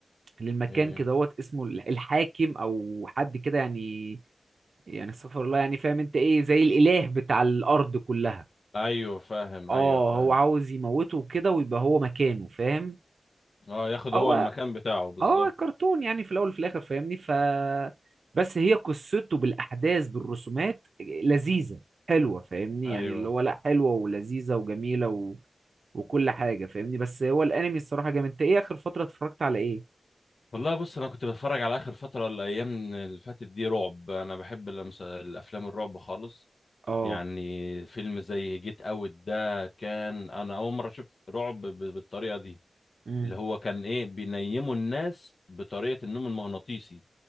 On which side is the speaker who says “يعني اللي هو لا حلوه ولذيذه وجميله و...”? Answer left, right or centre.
Right